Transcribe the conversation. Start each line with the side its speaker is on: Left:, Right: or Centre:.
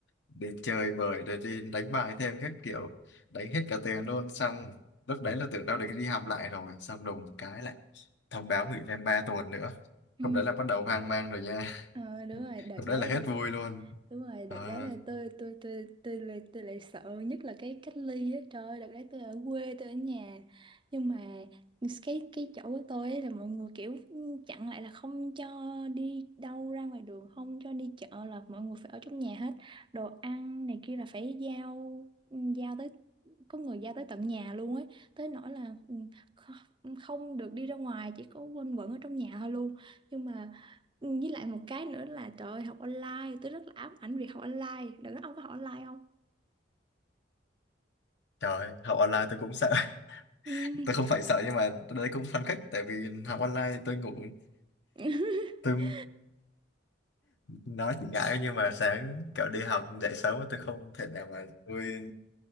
Left: đi chơi bời rồi đi đánh bài thêm các kiểu đánh hết cả tiền luôn xong lúc đấy là tưởng đâu được đi học lại rồi xong đùng một cái lại thông báo nghỉ thêm 3 tuần nữa
Right: Ừ.
Left: lúc đấy là bắt đầu hoang mang rồi nha
Right: Ờ, đúng rồi,
Left: <laughs>
Right: đợt
Left: lúc
Right: đấy
Left: đấy là
Right: là
Left: hết vui luôn
Right: Đúng rồi, đợt
Left: Ờ,
Right: đấy là tôi tôi tôi tôi lại tôi lại sợ nhất là cái cách ly á. Trời ơi, đợt đấy tôi ở quê, tôi ở nhà. Nhưng mà cái cái chỗ của tôi ấy là mọi người kiểu chặn lại là không cho đi đâu ra ngoài đường, không cho đi chợ là mọi người phải ở trong nhà hết. Đồ ăn này kia là phải giao giao tới có người giao tới tận nhà luôn ấy. Tới nỗi là ừ, kh- không được đi ra ngoài, chỉ có quanh quẩn ở trong nhà thôi luôn. Nhưng mà với lại một cái nữa là trời ơi, học online tôi rất là ám ảnh việc học online đừng nói ông có học online không
Left: trời học online tôi cũng sợ
Right: Ừm.
Left: <laughs> tôi không phải sợ nhưng mà tôi đấy cũng phấn khích tại vì học online thì tôi ngủ
Right: <laughs>
Left: <laughs> tôi nói thì ngại nhưng mà sáng kiểu đi học dậy sớm tôi không thể nào mà tôi